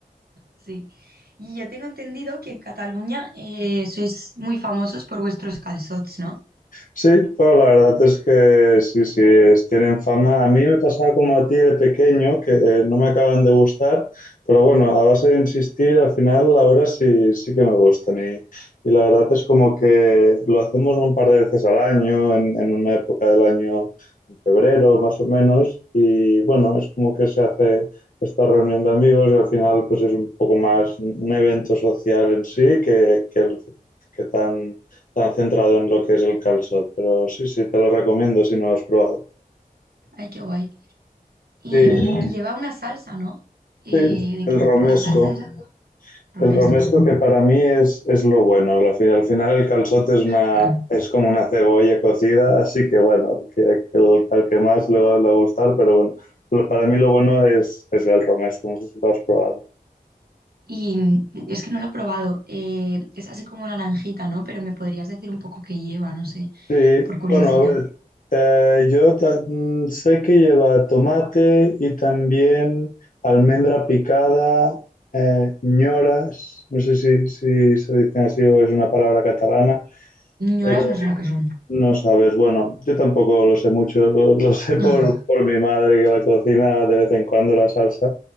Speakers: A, on the right; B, on the left.
A: sí. Y yo tengo entendido que en Cataluña eh, sois muy famosos por vuestros calçots, ¿no?
B: Sí, pero la verdad es que sí, sí, es- tienen fama. A mí me pasaba como a ti de pequeño, que eh, no me acaban de gustar, pero bueno, a base de insistir, al final ahora sí, sí que me gustan. Y, y la verdad es como que lo hacemos un par de veces al año, en, en una época del año, en febrero más o menos, y bueno, es como que se hace esta reunión de amigos y al final pues es un poco más un evento social en sí que, que el- que tan está centrado en lo que es el calçot pero sí, sí, te lo recomiendo si no lo has probado.
A: Ay, qué guay. Y,
B: Sí,
A: y lleva una salsa, ¿no? Eh,
B: sí,
A: ¿de
B: el
A: qué?
B: romesco.
A: La salsa era romesco.
B: El romesco que para mí es, es lo bueno. Al final, al final el calçot es, una,
A: <laughs>
B: es como una cebolla cocida, así que bueno, que, que el- al que más le va, le va a gustar, pero bueno, lo- para mí lo bueno es, es el romesco, no sé si lo has probado.
A: Y es que no lo he probado. eh, es así como naranjita, ¿no? Pero me podrías decir un poco qué lleva, no sé,
B: Sí,
A: por curiosidad.
B: bueno, a ver, eh, yo ta- mm, sé que lleva tomate y también almendra picada, eh, ñoras, no sé si, si se dicen así o es una palabra catalana,
A: Ñoras
B: pero
A: no sé lo que son. <laughs>
B: no sabes, bueno, yo tampoco lo sé mucho, lo, lo sé
A: <sighs>
B: por, por mi madre que la cocina de vez en cuando la salsa,